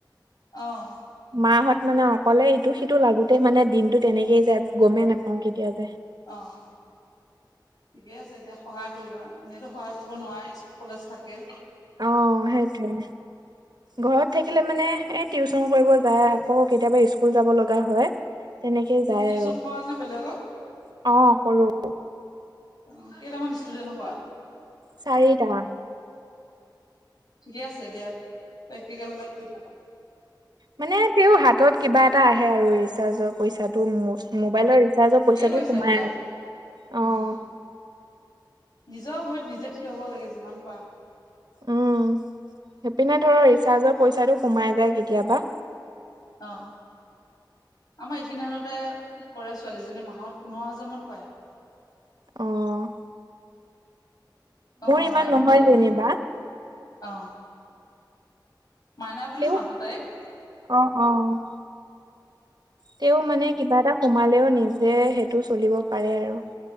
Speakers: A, on the left; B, on the right.
A: অ'।
B: মাহত মানে অকলে ইটো সিটো লাগোতেই মানে দিনটো তেনেকেই যায় গমেই নাপাওঁ কেতিয়া যায়।
A: অ'। ঠিকে আছে দিয়া সহায় কৰিবা এনেইতো সহায় কৰিব নোৱাৰা কলেজ থাকে।
B: অ', সেইটোৱে। ঘৰত থাকিলে মানে এ টিউচন কৰিব যায় আকৌৌ কেতিয়াবা স্কুল যাব লগা হয়। তেনেকে
A: তুমি
B: যায়
A: টিউচন
B: আৰু অ',
A: কৰা নে বেলেগক
B: কৰো।
A: অ', কেইটামান ষ্টুডেন্ট কৰা?
B: চাৰিটা।
A: ঠিকে আছে দিয়া প্ৰেক্টিকেল এটা কৰি
B: মানে তেওঁ হাতত কিবা এটা আহে আৰু ৰিচাৰ্জৰ পইচাটো মোবাইলৰ ৰিচাৰ্জৰ
A: ঠিকে
B: পইচাটো
A: কৈছা
B: সোমাই
A: দিয়া
B: আৰু
A: উম।
B: অ'।
A: নিজৰ ভৰিত নিজে থিয় হব লাগে যিমান পাৰা।
B: উম সেইপিনে ধৰ ৰিচাৰ্জৰ পইচাটো সোমাই যায় কেতিয়াবা।
A: অ'। আমাৰ এইখিনি হততে কৰে ছোৱালীজনী মাহত পোন্ধৰ হাজাৰ মান পায়।
B: অঁ'।
A: অ',
B: ইমান
A: মাইে
B: নহয়
A: এইয়া
B: যেনিবা
A: অ'। মাইনা বুলি
B: তেওঁ
A: মাতো তাইক।
B: অ', অ', তেওঁ মানে কিবা এটা সোমাই পালেও নিজে সেইটো চলিব পাৰে আৰু।